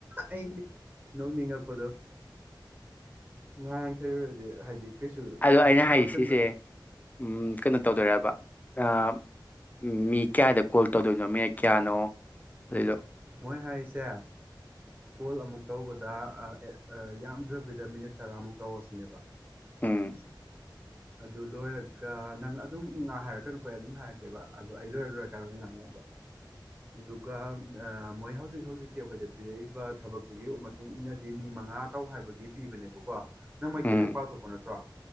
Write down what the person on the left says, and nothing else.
ꯑꯗꯣ ꯑꯩꯅ ꯍꯥꯏꯗꯤ
ꯁꯤꯁꯦ ꯎꯝ ꯀꯩꯅꯣ ꯇꯧꯗꯨꯏꯔꯣꯕ ꯑ ꯎꯝ ꯃꯤ ꯀꯌꯥꯗ ꯀꯣꯜ ꯇꯧꯗꯣꯏꯅꯣ ꯃꯤꯅꯠ ꯀꯌꯥꯅꯣ <unintelligible>
ꯎꯝ
ꯎꯝ